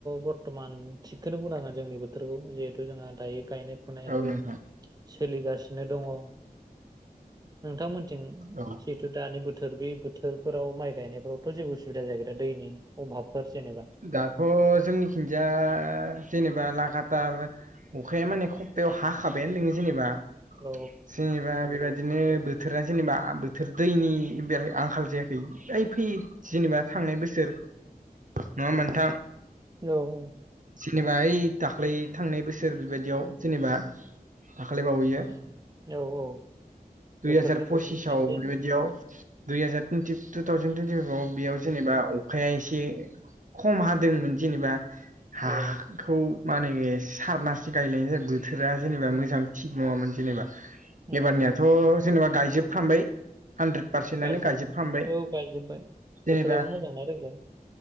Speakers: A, on the right; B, on the right.
A: बरथमान थिगखौनो बुंनाङा जोंनि बोथोरखौ जिहेथु जोंहा दायो गायनाय खुनायाबो
B: औ नोंथां
A: सोलिगासिनो दङ। नोंथांमोनथिं
B: औ
A: <unintelligible> थु दानि बोथोर बे बोथोरफोराव माइ गायनायफोरावथ' जेबो उसुबिदा जायोै दा दैनि अभाबफोर जेनेबा
B: दाथ' जोंनिखिन जाया जेनेबा लागाथार अखाया माने खप्तायाव हाखाबायानो दङ जेनेबा
A: औ
B: जेनेबा बेबादिनो बोथोरा जेनेबा बोथोर दैनि बेले आंखाल जाया खै ओइ फैै जेनेबा थांनाय बोसोर नङा होमबा नोंथां?
A: औ औ।
B: जेनेबा ओइ दाख्लै थांनाय बोसोर बेबायदियाव जेनेबा दाख्लै बावैया
A: औ औ।
B: दुइ
A: बोथोरनि
B: हाजार पसिसाव
A: प्रब्लेम एसे
B: बेबायदियाव दुइ हाजार टुटि टु थावजेन टुइन्टिफाइभव बेयाव जेनेबा अखाया एसे खम हादोंमोन जेनेबा हा
A: औ
B: खौ माने सारनासो गायलायनाय जायो बोथोरा जेनेबा मोजां थिग नङामोन जेनेबा
A: <unintelligible>
B: एबारनियाथ'
A: उम
B: जेनेबा गायजोबफ्रामबाय। हानद्रेद पारसेन्टआनो
A: गायजोबबाय
B: गायजोबखांबाय
A: औ गायजोबबाय
B: जेनेबा
A: बोथोराबो मोजांना देग्लाय